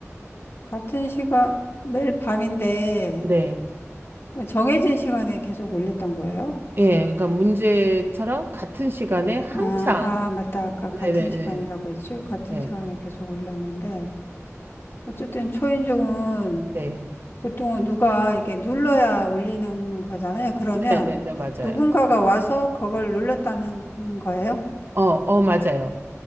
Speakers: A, on the left (about 50°); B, on the right (about 45°).
A: 같은 시간 매일 밤인데
B: 네.
A: 정해진 시간에 계속 올렸던 거예요?
B: 예, 그러니까 문제처럼 같은 시간에 항상
A: 아, 아, 맞다. 아까
B: 네네네.
A: 같은 시간이라고 했죠? 같은
B: 네,
A: 시간에 계속 올렸는데 어쨌든 초인종은
B: 네,
A: 보통은 누가 이렇게 눌러야 올리는 거잖아요. 그러면
B: 네, 네, 네, 맞아요.
A: 누군가가 와서 그걸 눌렀다는 거예요?
B: 어, 어, 맞아요.